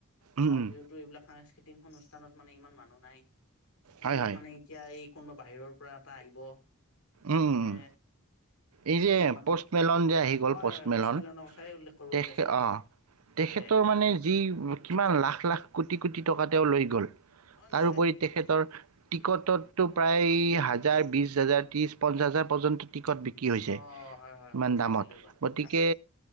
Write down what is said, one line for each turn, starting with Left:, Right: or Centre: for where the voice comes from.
Right: উম
Left: বহাগ
Right: উম
Left: বিহুত এইবিলাক সাংস্কৃতিক টিন অনুষ্ঠানত মানে ইমান মানুহ নাই। এইবিলাক
Right: হয় হয়
Left: মানে এতিয়া এই কোনোবা বাহিৰৰ পৰা পা আহিব
Right: উম
Left: এনেকে,
Right: উম উম এই যে
Left: এটা মানে
Right: পষ্টমেলন যে আহি গ'ল
Left: হয়
Right: পষ্টমেলন
Left: হয় পচমেলনৰ কথাই উল্লেখ কৰিব
Right: তে
Left: ওলাইছিলো
Right: অ
Left: তাকে
Right: তেখৰ মানে যি কিমান লাখ লাখ কোটি ক কোঁটি টকা তেওঁ লৈ গল
Left: অ নিশ্চয়
Right: তাৰপৰি তেখেতৰ টিকটত। তটো প্ৰায় হাজাৰ
Left: বহুত
Right: বিশ হাজাৰ ত্ৰিশ। পঞ্চাছ হাজাৰ পজন্ত কি হৈছে
Left: অ হয় হয়
Right: ইমান
Left: মই চাইছিলো
Right: দামত
Left: এইবাৰ
Right: গতিকে
Left: তাকে